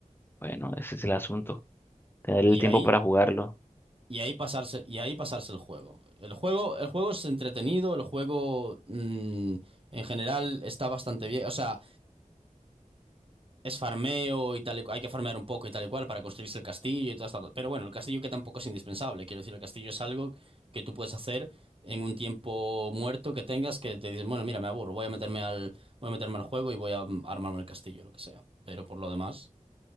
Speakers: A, on the left; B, on the right.
A: bueno, ese es el asunto, tener
B: Y
A: el tiempo
B: ahí,
A: para jugarlo.
B: y ahí pasarse, y ahí pasarse el juego. El juego, el juego es entretenido, el juego mm, en general está bastante bien. O sea, Es farmeo y tal y cual. Hay que farmear un poco y tal y cual para construirse el castillo y todo esto. Pero bueno, el castillo que tampoco es indispensable. Quiero decir, el castillo es algo que tú puedes hacer en un tiempo muerto que tengas que te dices, bueno, mira, me aburro, voy a meterme al, voy a meterme al juego y voy a mm, armarme el castillo, lo que sea. Pero por lo demás,